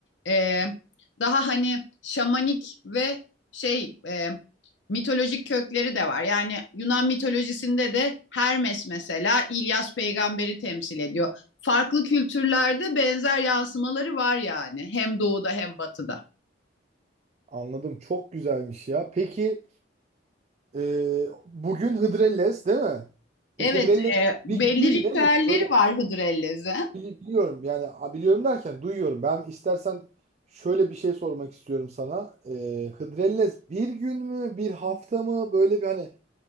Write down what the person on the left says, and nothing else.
e, daha hani şamanik ve şey e, mitolojik kökleri de var. Yani Yunan mitolojisinde de Hermes mesela İlyas peygamberi temsil ediyor. Farklı kültürlerde benzer yansımaları var yani hem doğuda hem batıda.
Evet,
e, belli
ritüelleri
var Hıdrellez'in.